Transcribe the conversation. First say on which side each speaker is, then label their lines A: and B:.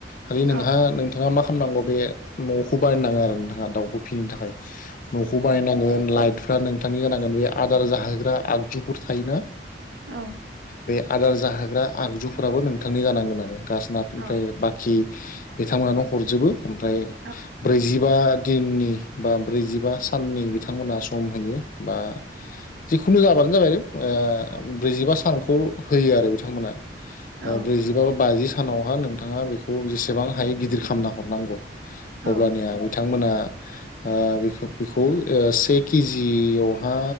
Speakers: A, on the left; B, on the right.
A: खालि
B: औ
A: नों नोंथाङा मा खालामनांगौ बे न'खौ बानायनाांगो आरो नोंथाङा दाउखौ फिनो थाखाय न'खौ बानायनांगोन लाइ फ्रा नोंथांनि जानांगोन बे आदार जाहोग्रा आगजुफोर थायोना।
B: औ
A: बे आदार जाहोग्रा आगजुफोराबो नोंथांनि जानांगोन आरो गासोन
B: औ
A: ओमफ्राय बाखि बिथांमोनानो हरजोबो ओमफ्राय
B: औ
A: ब्रैजिबा दिननि बा ब्रैजिबा साननि बिथांमोना सम होयो बा जिखुनु जाबानो जाबाय ओ
B: औ
A: ब्रैजिबा सानखौ होयो आरो बिथांमोना
B: औ
A: ब्रैजिबा बा बाजि सानावहा नोंथाङा बेखौ जेसेबां हायो गिदिर खालामामना हरनांगौ
B: औ
A: अब्लानिया बिथांमोना अ बेखौ बेखौफ ओ से केजियावहा